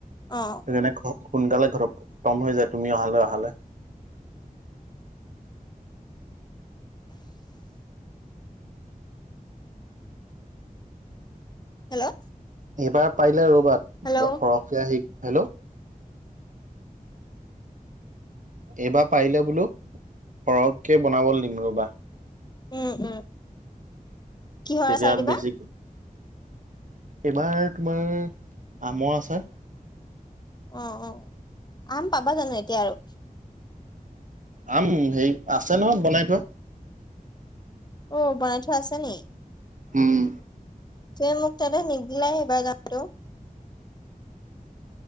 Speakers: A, on the left; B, on the right.
A: অ
B: সেইকাৰণে। সোনকালে ঘৰত খতম হৈ যায় তুমি অহালে, অহালে।
A: <unintelligible> হেল্ল'?
B: এইবাৰ পাৰিলে ৰ'বাত
A: হেল্ল'
B: সৰহকে আহি হেল্ল'? এইবাৰ পাৰিলে বোলো সৰহকে বনাবলৈ দিম ৰ'বা।
A: উম, উম। কিহৰ
B: তেতিয়া
A: আচাৰ দিবা।
B: বেছি এইবাৰ তোমাৰ আমৰ আচাৰ
A: অ', অ', আম পাবা জানো এতিয়া আৰু।
B: আম হেৰি আছে নহয় বনাই থোৱা।
A: অ, বনাই থোৱা আছে নি
B: উম।
A: তুমি মোক তেন্তে নিদিলা এইবাৰ যাওতে ও